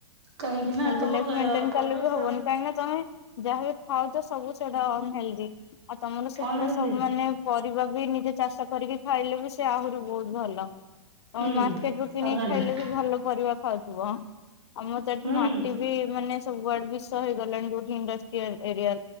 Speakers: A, on the right; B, on the left.
A: କାହିଁକି ନା
B: ହିଲ୍ଡି
A: ତମର
B: ଲାଇଫ
A: ତ
B: ମେଣ୍ଟେନ
A: ପରିବେଶ
B: କଲେ ବି ହବନି କାହିଁକି ନା ତମେ ଯାହାବି ଖାଉଛ ସବୁ ସେଟା ଅନହେଲ୍ଡି ଆଉ ତମର ସେପଟା
A: ଅନହେଲ୍ଦି
B: ସବୁ ମାନେ ପରିବା ବି ନିଜେ ଚାଷ କରିକି ଖାଇଲେ ବି ସେ ଆହୁରି ବହୁତ ଭଲ।
A: ହୁଁ
B: ମାର୍କେଟ ରୁଟି କିଣିକି
A: ଅର୍ଗାନିକ
B: ଖାଇଲେ ବି ଭଲ ପରିବା ଖାଉଥିବ ଆମର ତ ଏଠି
A: ହୁଁ
B: ମା ବି ମାନେ ସବୁଆଡ଼େ ବିଷ ହେଇଗଲାଣି ବହୁତ୍ ଇଣ୍ଡଷ୍ଟିଆଲ ଏରିଆ